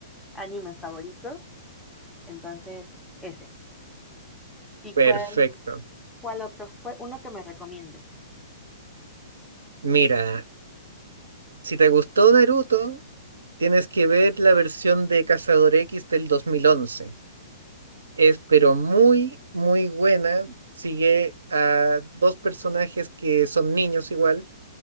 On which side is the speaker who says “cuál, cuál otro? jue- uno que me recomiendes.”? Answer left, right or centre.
Centre